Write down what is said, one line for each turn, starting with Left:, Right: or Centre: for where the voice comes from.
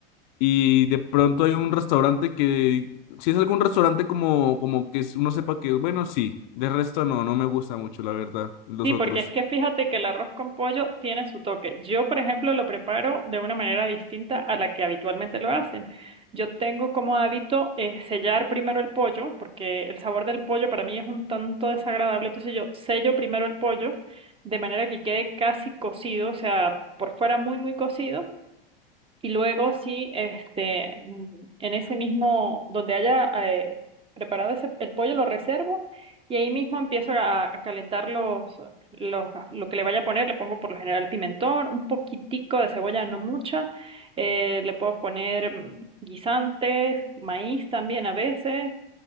Left: Y de pronto hay un restaurante que, si es algún restaurante como, como que uno sepa que es bueno, sí. De resto no, no me gusta mucho, la verdad, los
Right: Sí,
Left: otros.
Right: porque es que fíjate que el arroz con pollo tiene su toque. Yo, por ejemplo, lo preparo de una manera distinta a la que habitualmente lo hacen. Yo tengo como hábito eh, sellar primero el pollo, porque el sabor del pollo para mí es un tanto desagradable. Entonces yo sello primero el pollo de manera que quede casi cocido, o sea, por fuera muy, muy cocido Y luego sí, este, mm, en ese mismo, donde haya eh, preparado ese, el pollo, lo reservo y ahí mismo empiezo a, a calentar los, los- lo que le vaya a poner. Le pongo por lo general pimentón, un poquitico de cebolla, no mucha. Eh, le puedo poner mm, guisantes, maíz también a veces,